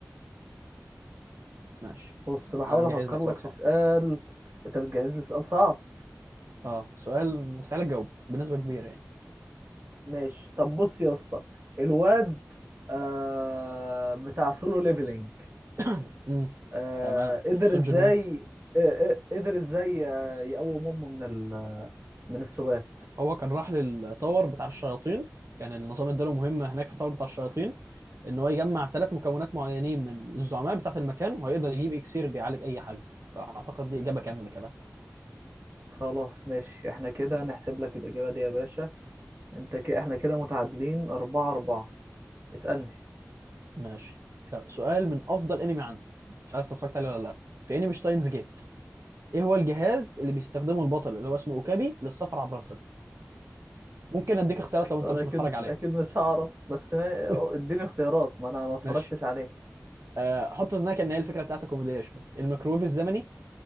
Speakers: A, on the right; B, on the right.
A: ماشي
B: بص بحاول
A: أنا مجهز
B: افكر
A: لك سؤال
B: لك في
A: صعب
B: سؤال انت بتجهز لي سؤال صعب
A: أه سؤال مستحيل أجاوب بنسبة كبيرة يعني
B: ماشي طب بص يا اسطى الواد أه... بتاع سولو ليفلينج
A: <clears throat> امم
B: أه...
A: تمام
B: قدر
A: سون
B: ازاي
A: جين وو
B: أه... أه، قدر ازاي آه، يقوم امه من ال... من السبات
A: هو كان راح للتاور بتاع الشياطين كان النظام اداله مهمة هناك في التاور بتاع الشياطين إن هو يجمع ثلاث مكونات معينين من الزعماء بتاعة المكان وهيقدر يجيب إكسير بيعالج أي حاجة فأعتقد دي إجابة كاملة كمان
B: خلاص ماشي احنا كده نحسب لك الاجابة دي يا باشا انت ك... احنا كده متعادلين اربعة اربعة اسألني
A: ماشي يلا، سؤال من أفضل أنمي عندي مش عارف أنت اتفرجت عليه ولا لأ في أنمي شتاينز جيت ايه هو الجهاز اللي بيستخدمه البطل اللي هو اسمه اوكابي للسفر عبر الزمن ممكن اديك اختيارات لو انت
B: انا
A: مش
B: اكيد
A: متفرج عليه
B: اكيد مش هعرف بس ما
A: <laughs>
B: اديني اختيارات ما انا ما اتفرجتش
A: ماشي
B: عليه
A: آه حط في ذهنك ان هي الفكره بتاعتها كوميديه شويه الميكرويف الزمني